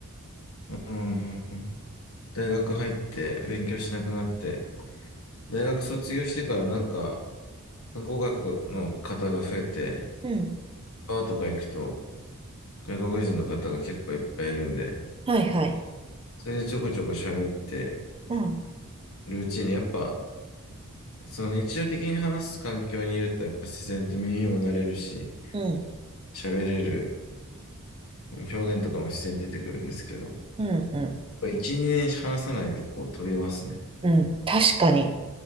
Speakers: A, on the left; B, on the right.
A: うーん、大学入って勉強しなくなって、大学卒業してからなんか、語学の方が増えて、
B: うん。
A: バーとか行くと、外国人の方が結構いっぱいいるんで、
B: はいはい。
A: それでちょこちょこ喋って
B: うん、
A: るうちに、やっぱ、その日常的に話す環境にいると、やっぱ自然と耳も慣れるし、
B: うん、
A: 喋れる表現とかも自然に出てくるんですけど、やっ
B: うん、うん。
A: ぱ1、2年話さないとこう飛びますね。
B: うん、確かに。